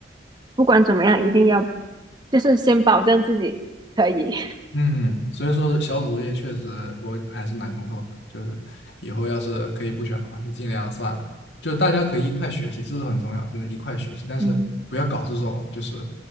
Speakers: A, on the right (about 25°); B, on the left (about 75°).
A: 不管怎么样，一定要就是先保证自己可以，
B: 嗯，所以说小组作业确实我还是蛮头痛的，就是以后要是可以不选的话，就尽量算了。就大家可以一块学习，这是很重要，就是一块学习，
A: <laughs>
B: 但是不要搞这种就是
A: 嗯。